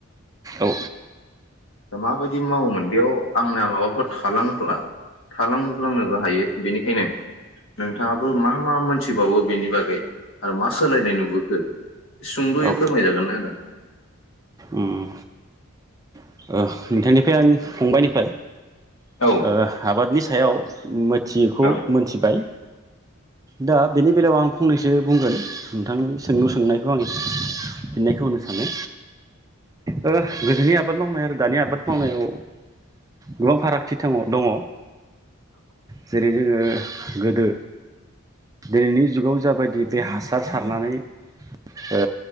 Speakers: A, on the right (about 15°); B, on the left (about 70°).
A: औ
B: दा माबायदि मावोमोन बेयाव आंना माबाफोर थांलां थालांफ्लांनोबो हायो बेनिखायनो नोंथाङाबो मा मा मोनथिबावो बेनि बागै आरो मा सोलायनाय नुबोखो सुंद'यै
A: औ
B: फोरमायजागोन ना आदा।
A: उम ओ नोंथांनिफ्राय आं फंबायनिफ्राय
B: औ
A: ओ आबादनि थायाव मो मिथियैखौ
B: औ
A: मोनथिबाय। दा बेनि बेलायाव आं फंनैसो बुंगोन नोंथांनि सोंलु सोंनायखौ आं फिननायखौ होनो सानो ओ गोदोनि आबाद मावनाय आरो दानि आबाद मावनायाव गोबां फारागथि थङ दङ। जेरै जोङो। गोदो दिनैनि जुगाव जाबायदि बे हासार सारनानै ओ